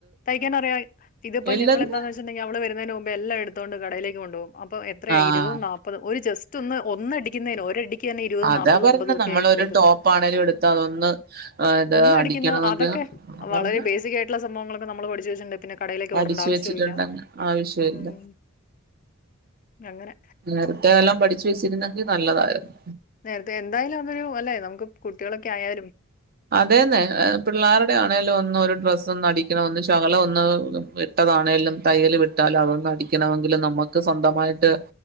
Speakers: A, on the left (about 40°); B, on the right (about 45°).
A: തയ്ക്കാനറിയാം, ഇതിപ്പോ
B: ഇല്ലെന്ന്
A: ഞങ്ങളെന്താന്ന് വെച്ചട്ടുണ്ടെിൽ അവള് വരുന്നതിന് മുമ്പ് എല്ലാം എടുത്തുക്കൊണ്ട് കടയിലേക്ക് കൊണ്ടുപോകും. അപ്പൊ എത്രയ
B: ആഹ്
A: ഇരുപത് നാപ്പതും ഒരു ജസ്റ്റ് ഒന്ന് ഒന്നടിക്കുന്നതിന് ഒരടി ഇരുപതും
B: അതാ
A: നാൽപതും
B: പറഞ്ഞെ
A: അമ്പതും ഒക്കെ
B: നമ്മളൊരു
A: ആയിട്ട കൊടുക്കുന്നെ.
B: ടോപ്പാണേലും എടുത്ത് അതൊന്ന് ഇത്
A: ഒന്നടിക്കുന്ന
B: അടിക്കണമെങ്കിൽ
A: അതൊക്കെ
B: പറഞ്ഞ്
A: വളരെ ബേസിക് ആയിട്ടുള്ള സംഭവങ്ങളൊക്കെ നമ്മള് പഠിച്ചു വെച്ചിട്ടുണ്ട്. പിന്നെ, കടയിലേക്ക്
B: പഠിച്ചു
A: ഓടേണ്ട ആവശ്യമില്ല
B: വെച്ചിട്ടുണ്ടങ്കി ആവശ്യ ഇല്ല.
A: ഉം അങ്ങനെ
B: നേരത്തെ വല്ലോം പഠിച്ചു വെച്ചിരുന്നെങ്കിൽ നല്ലതായിരുന്നു.
A: നേരത്തെ എന്തായാലും, അതൊരു അല്ലെ, നമുക്ക് കുട്ടികളൊക്കെ ആയാലും,
B: അതെന്നെ പിള്ളേരുടെ ആണെലും, ഒന്ന് ഒരു ഡ്രസ്സ് ഒന്ന് അടിക്കണം, ഒന്ന് ശകലം ഒന്ന് ടക് ആണെലും തയ്യൽ വിട്ടാലും, അതൊന്ന് അടിക്കണമെങ്കില്, നമ്മക്ക് സ്വന്തമായിട്ട്